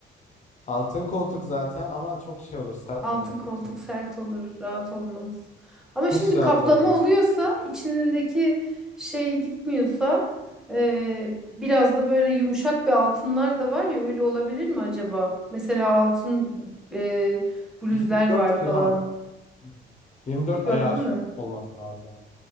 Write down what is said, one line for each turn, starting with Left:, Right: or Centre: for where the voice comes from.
Left: Altın koltuk zaten ama çok şey olur sert
Centre: Altın
Left: olur kötü
Centre: koltuk
Left: olur.
Centre: sert olur, rahat olmaz. Ama şimdi
Left: Hiç rahat
Centre: kaplama
Left: olmaz.
Centre: oluyorsa, içindeki şey gitmiyorsa, e, biraz da böyle yumuşak bir altınlar da var ya, öyle olabilir mi acaba? Mesela altın e, bluzlar
Left: 24
Centre: var falan.
Left: gram. Hı hı. 24
Centre: Hiç gördün
Left: ayar
Centre: mü?
Left: olması lazım.